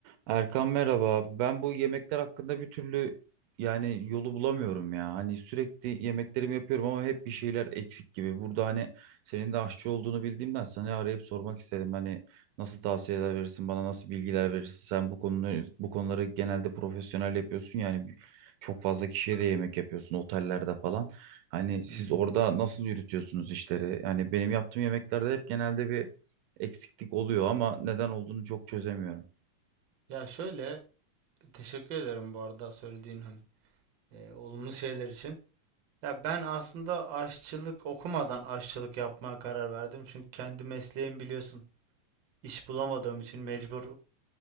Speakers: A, on the right; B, on the right.
A: Erkan merhaba. Ben bu yemekler hakkında bir türlü yani yolu bulamıyorum ya. Hani sürekli yemeklerimi yapıyorum ama hep bir şeyler eksik gibi. Burada hani senin de aşçı olduğunu bildiğimden sana arayıp sormak istedim. Hani nasıl tavsiyeler verirsin bana, nasıl bilgiler verirsin? Sen bu konuları bu konuları genelde profesyonel yapıyorsun yani bir- çok fazla kişiye de yemek yapıyorsun otellerde falan. Hani siz
B: Hı hı.
A: orada nasıl yürütüyorsunuz işleri? Yani benim yaptığım yemeklerde hep genelde bir eksiklik oluyor ama neden olduğunu çok çözemiyorum.
B: Ya şöyle teşekkür ederim bu arada söylediğin hani e, olumlu şeyler için. Ya ben aslında aşçılık okumadan aşçılık yapmaya karar verdim. Çünkü kendi mesleğim biliyorsun iş bulamadığım için mecbur